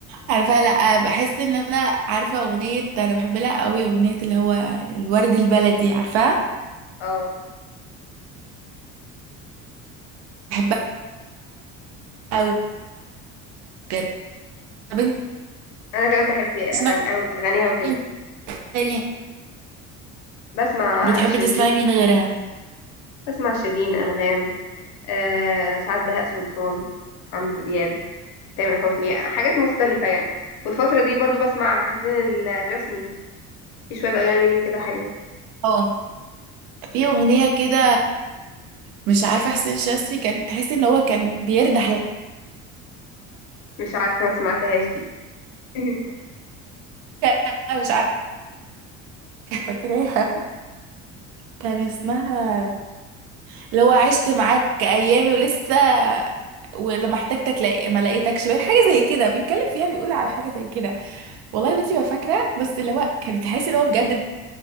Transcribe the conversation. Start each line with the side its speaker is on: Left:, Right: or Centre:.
Right: عارفاها لا بحس ان انا عارفه اغنيه انا بحب لها قوي اغنيه اللي هو الورد البلدي عارفاها
Left: اه
Right: بحبها قوي بجد طب انت
Left: انا كمان بحب أغاني...
Right: بتسمعي
Left: اغلب اغانيها وكده
Right: مين تاني
Left: بسمع
Right: بتحبي
Left: شيرين
Right: تسمعي مين غيرها
Left: بسمع شيرين انغام آه سعاد بهاء سلطان عمرو دياب تامر حسني حاجات مختلفة يعني والفترة دي برضو بسمع حسين الجسمي في شوية أغاني ليه كده حلوة
Right: اه في اغنيه كده مش عارفه حسين شاذلي كان تحس ان هو كان بيردح لحد
Left: مش عارفة ما سمعتهاش دي <laughs>
Right: <laughs> مش عارفه فاكراها كان اسمها لو عشت معاك ايامي ولسه ولما احتاجتك لا ما لقيتكش بقى حاجه زي كده بيتكلم فيها بيقول على حاجه زي كده والله يا بنتي ما فاكره بس اللي هو كان بتحس اللي هو بجد